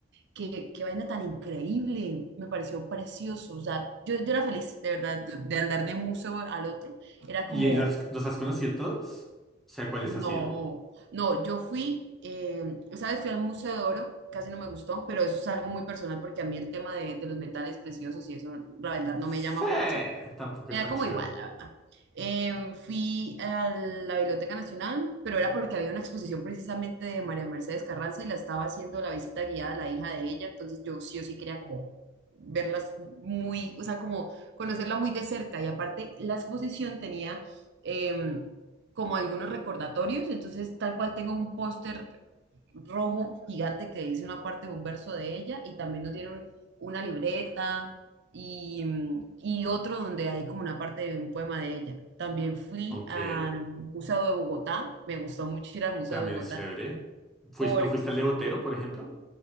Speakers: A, on the right (about 60°); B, in the centre.
A: Qué, qué vaina tan increíble, me pareció precioso. O sea, yo, yo era feliz, de verdad, de, de andar de un museo al otro. Era
B: ¿Y
A: como,
B: los, los has conocido todos? O sea, ¿cuáles
A: no,
B: has sido?
A: no, yo fui, eh, esa vez fui al Museo de Oro, casi no me gustó, pero eso es algo muy personal porque a mí el tema de, de los metales preciosos y eso, la verdad,
B: Sí,
A: no me llama mucho.
B: tampoco
A: Me
B: es
A: da
B: tan
A: como
B: chévere.
A: igual, la verdad. Em, fui a la Biblioteca Nacional, pero era porque había una exposición precisamente de María Mercedes Carranza y la estaba haciendo la visita guiada a la hija de ella, entonces yo sí o sí quería como verlas muy, o sea, como conocerla muy de cerca y aparte la exposición tenía em, como algunos recordatorios, entonces tal cual tengo un póster rojo gigante que dice una parte de un verso de ella y también nos dieron una libreta y, mm, y otro donde hay como una parte de un poema de ella. También fui
B: Ok,
A: al Museo de Bogotá, me gustó mucho ir al Museo
B: también
A: de Bogotá
B: es chévere. Fuis-
A: porque
B: ¿no fuiste al de Botero, por ejemplo?